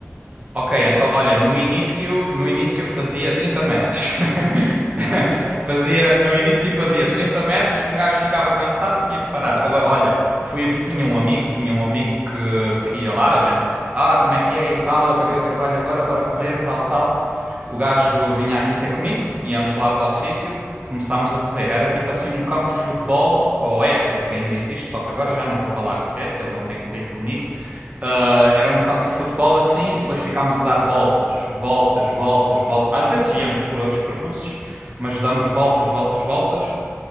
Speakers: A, on the right; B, on the left.
A: Ok, então olha, no início, no início fazia 30 metros. <laughs>
B: Uai,
A: Fazia, no início
B: 30
A: fazia
B: metros.
A: 30 metros, um gajo ficava cansado, tinha que parar. Agora, olha, fui, tinha um amigo, tinha um amigo que, que ia lá, a gente, ah, como é que é e tal, acabei o trabalho agora, bora correr, tal, tal. O gajo vinha aqui ter comigo, íamos lá para o sítio, começámos a correr. Era tipo assim um campo de futebol, ou é, que, que ainda existe, só que agora já não vou para lá correr, que ele não tem corrido comigo. Ah, era um campo de futebol assim, e depois ficámos a dar voltas, voltas, voltas, voltas. Às vezes íamos por outros percursos, mas damos voltas, voltas, voltas.